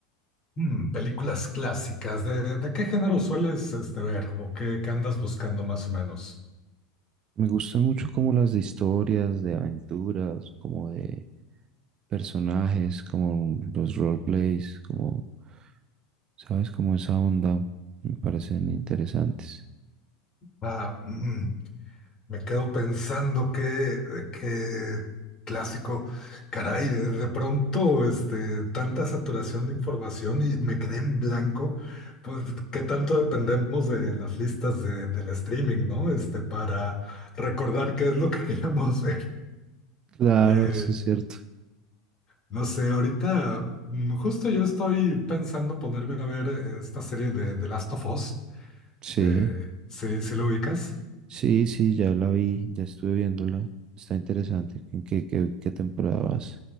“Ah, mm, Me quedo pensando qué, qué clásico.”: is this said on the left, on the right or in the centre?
Left